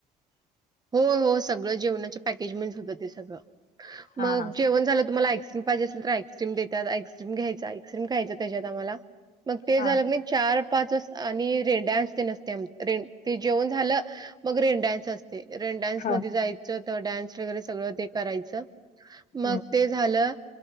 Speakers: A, on the right; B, on the left.
A: हो हो सगळं जेवणाच्या पॅकेज म्हण होतं. ते सगळं
B: हा
A: मग
B: हा.
A: जेवण झालं तुम्हाला आईक्रीम घ्यायचा आइस्क्रीम खायच त्याच्यात आम्हाला मग ते
B: हा.
A: झालं नाही चार पाच आणि रेड डस ने ते जेवण झालं मग रेन डन्स असते रेन डन्स
B: हा
A: मध्ये डान्स वगरे सगळ ते करायच
B: हम्म
A: मग ते झालं.